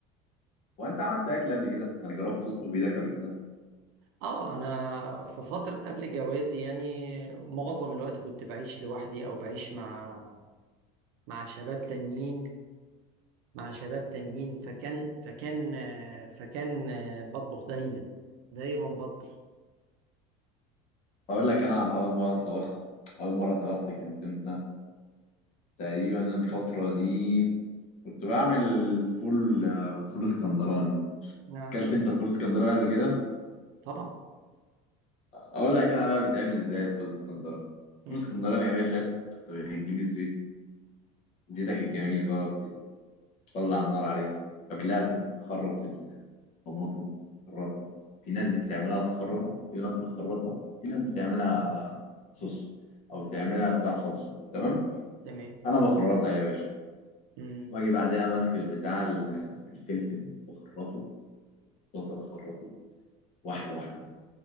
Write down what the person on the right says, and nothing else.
اه انا في فترة قبل جوازي يعني معظم الوقت كنت بعيش لوحدي او بعيش مع مع شباب تانيين مع شباب تانيين فكان فكان آه، فكان آه، بطبخ دايما دايما بطبخ
نعم
طبعا
مم.
تمام
مم.